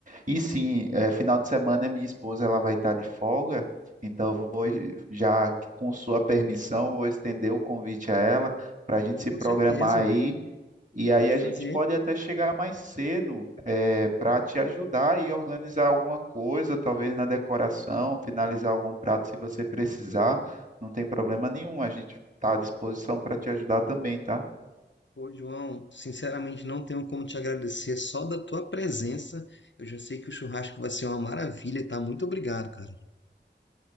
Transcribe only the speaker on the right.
E sim, eh, final de semana minha esposa ela vai estar de folga, então eu vou, já com sua permissão, vou estender o convite a ela para
a gente se
programar
aí e aí
a
gente pode até chegar mais cedo, para te ajudar e organizar alguma coisa, talvez na decoração, finalizar algum prato se você precisar. Não tem problema nenhum, a gente está à disposição para te ajudar também, tá?